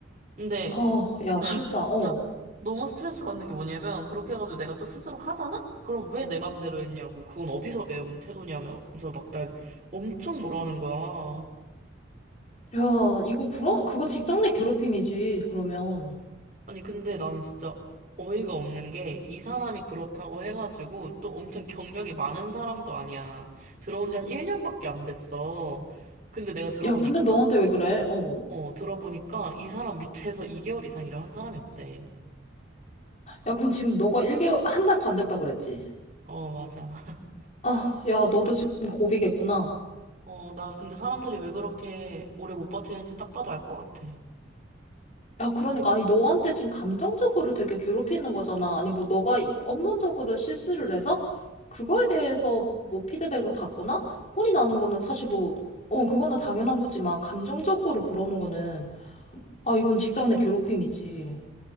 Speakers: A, on the right; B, on the left.
A: 근데
B: 아, 야, 싫다,
A: 진짜
B: 어.
A: 너무 스트레스 받는 게 뭐냐면, 그렇게 해가지고 내가 또 스스로 하잖아? 그럼 왜 내 맘대로 했냐고, 그건 어디서 배운 태도냐면서 막 날 엄청 뭐라 하는 거야.
B: 야, 이거, 그러, 그거 직장 내 괴롭힘이지, 그러면.
A: 아니, 근데 나는 진짜 어이가 없는 게 이 사람이 그렇다고 해가지고 또 엄청 경력이 많은 사람도 아니야. 들어온 지 한 1년밖에 안 됐어. 근데 내가 들어보니까,
B: 야, 근데 너한테 왜 그래? 어.
A: 어, 들어보니까 이 사람 밑에서 2개월 이상 일을 한 사람이 없대.
B: 야, 그럼 지금 너가 1개월, 한 달 반 됐다 그랬지?
A: 어, 맞아.
B: 아, 야, 너도 지금 고비겠구나.
A: 어, 나 근데 사람들이 왜 그렇게 오래 못 버티는지 딱 봐도 알 것 같아.
B: 야, 그러니까, 아니, 너한테 지금 감정적으로 되게 괴롭히는 거잖아. 아니, 뭐, 너가 이- 업무적으로 실수를 해서 그거에 대해서 뭐 피드백을 받거나 혼이 나는 거는 사실 뭐, 어, 그거는 당연한 거지만, 감정적으로 그러는 거는, 아, 이건 직장 내 괴롭힘이지.